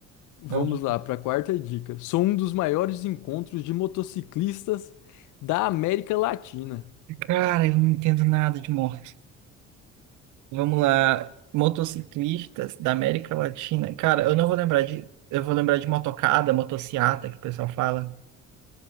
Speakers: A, on the left; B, on the right.
A: Vamos
B: Vamos-
A: lá, para a quarta dica. Sou um dos maiores encontros de motociclistas da América Latina.
B: Cara, eu não entendo nada de morte. Vamos lá. Motociclistas da América Latina. Cara, eu não vou lembrar de. Eu vou lembrar de motocada, motociata, que o pessoal fala.